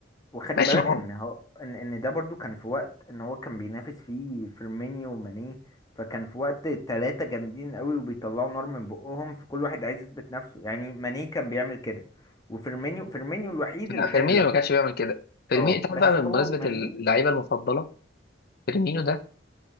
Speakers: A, on the left (about 20°); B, on the left (about 55°).
A: وخلي
B: ماشي
A: بالك
B: ما هو
A: ان هو ان ان ده برضو كان في وقت ان هو كان بينافس فيه فيرمينيو وماني فكان في وقت تلاتة جامدين قوي وبيطلعوا نار من بقهم فكل واحد عايز يثبت نفسه يعني ماني كان بيعمل كده وفيرمينيو فيرمينيو الوحيد
B: لا،
A: اللي
B: فيرمينيو
A: كان لا
B: ما كانش بيعمل كده فيرمينيو
A: اه
B: انت
A: بس
B: عارف بقى بمناسبه
A: هو وماني
B: اللعيبه المفضله فيرمينيو ده